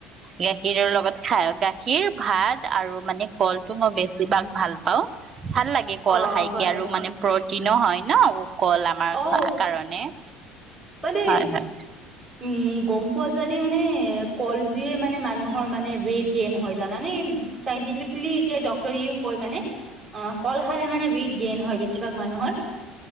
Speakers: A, on the right; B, on the right.
A: গাখীৰৰ লগত খাই গাখীৰ গাখীৰ ভাত আৰু মানে ফলটো মই বেছিভাগ ভাল পাওঁ। ভাল লাগে কল
B: অ
A: খাইকে
B: হয়
A: আৰু মানে টিনো হয় ন। কল আমাৰ
B: অ
A: কাৰণে।
B: মানে
A: হয় হয়
B: উম, গম পোৱা যায়দি মানে মানে কলটোৱে মানে মানুহৰ মানে ৱেটিয়েন হয় জানা নে চিন্তেফিক্লি এতিয়া ডক্তৰে কৈ মানে অ, কল খালে মানে ৱেইট গেইন হয় বেছিভাগ মানুহৰ।